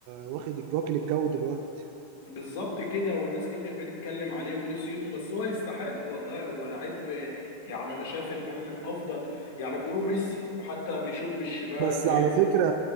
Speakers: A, on the right (about 50°); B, on the left (about 60°).
A: واخد الج- واكل الجو دلوقتي
B: بالظبط كده والناس كتير بتتكلم عليه وليه صيته بس هو يستحق والله هو لعيب يعني انا شايف ان هو من افضل يعني بيقولوا ميسي وحتى بيشوط بالشمال
A: بس
B: ويرف
A: على فكرة